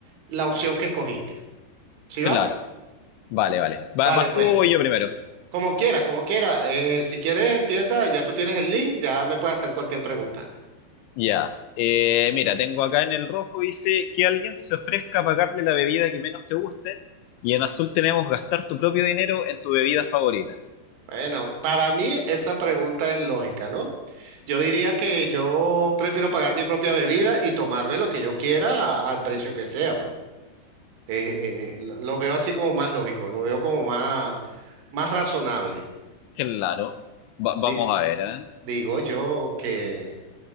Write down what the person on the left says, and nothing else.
Claro,
vale, vale. Va-
¿Vas
tú o voy yo primero?
Ya. Eh, mira, tengo acá en el rojo, dice que alguien se ofrezca a pagarle la bebida que menos te guste. Y en azul tenemos gastar tu propio dinero en tu bebida favorita.
Claro. Va- vamos
a ver, ¿eh?